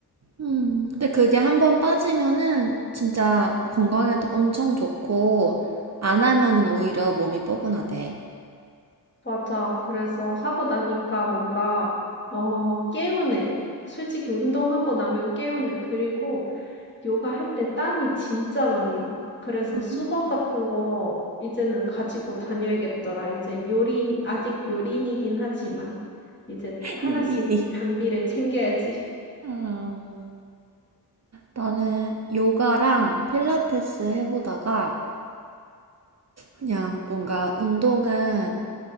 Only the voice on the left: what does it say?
맞아. 그래서 하고 나니까 뭔가, 어, 개운해. 솔직히 운동하고 나면 개운해. 그리고 요가 할 때 땀이 진짜 많이 나. 그래서
수건 같은 거 이제는 가지고 다녀야겠더라. 이제 요린, 아직 요린이긴 하지만 이제
하나씩
장비를 챙겨야지.